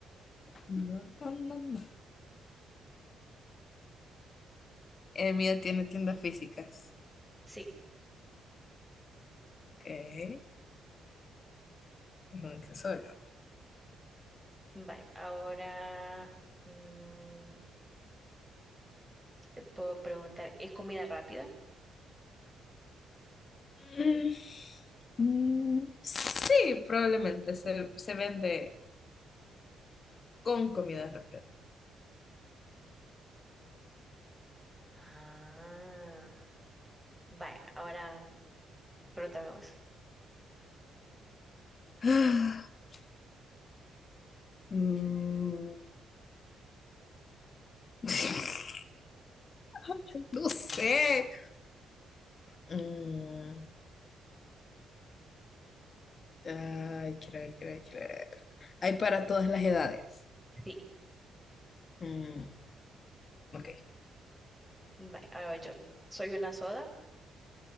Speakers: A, on the left; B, in the centre.
A: No, no, no, no. El mío tiene tiendas físicas.
B: Sí,
A: Ok, es un tesorio.
B: vale. Ahora, mm, ¿qué te puedo preguntar? ¿Es comida rápida?
A: Mm, mm, sí, probablemente se, se vende con comida rápida.
B: Ah, vale. Ahora, pregúntame vos.
A: <sighs> Mm, <laughs> Ay, no sé. Mm, ay, quiero ver, quiero ver, quiero ver. Hay para todas las edades.
B: Sí,
A: Mm, ok,
B: vale. Ahora voy yo. ¿Soy una soda?